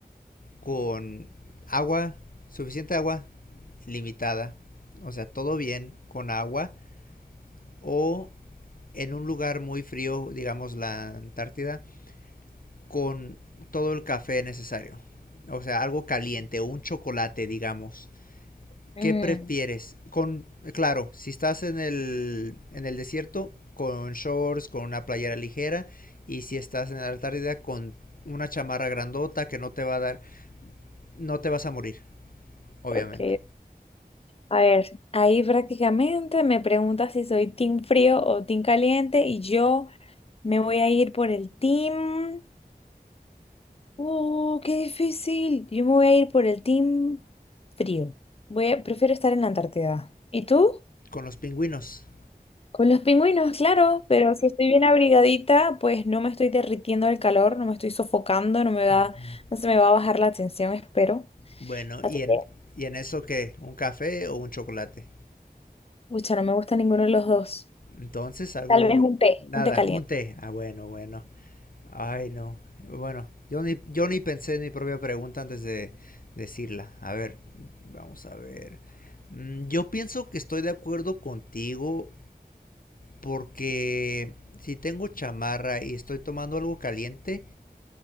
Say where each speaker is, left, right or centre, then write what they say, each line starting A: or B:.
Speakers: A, on the left; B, on the left.
A: con agua, suficiente agua, limitada, o sea, todo bien con agua, o en un lugar muy frío, digamos la Antártida, con todo el café necesario, o sea, algo caliente, o un chocolate, digamos.
B: Mm,
A: ¿Qué prefieres? Con, claro, si estás en el, en el desierto, con shorts, con una playera ligera, y si estás en la Antártida, con una chamarra grandota que no te va a dar no te vas a morir, obviamente.
B: ok, a ver, Ahí prácticamente me preguntas si soy team frío o team caliente y yo me voy a ir por el team... ¡Oh, qué difícil! Yo me voy a ir por el team frío. Voy a- Prefiero estar en la Antártida. ¿Y tú?
A: Con los pingüinos.
B: Con los pingüinos, claro, pero si estoy bien abrigadita, pues no me estoy derritiendo del calor, no me estoy sofocando, no me va,
A: Uh-huh.
B: no se me va a bajar la tensión, espero.
A: Bueno,
B: Así
A: y en,
B: que
A: y en eso qué, un café o un chocolate.
B: Pucha, no me gusta ninguno de los dos.
A: Entonces algo,
B: Tal vez un té,
A: nada,
B: un té caliente.
A: un té. Ah, bueno, bueno. Ay, no. Bueno, yo ni, yo ni pensé en mi propia pregunta antes de decirla. A ver, vamos a ver. Mm, Yo pienso que estoy de acuerdo contigo porque si tengo chamarra y estoy tomando algo caliente,